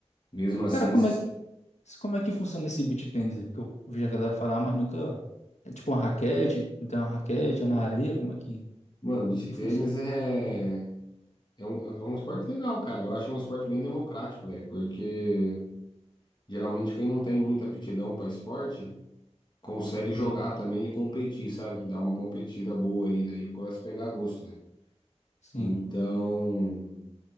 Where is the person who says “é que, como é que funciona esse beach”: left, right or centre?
Left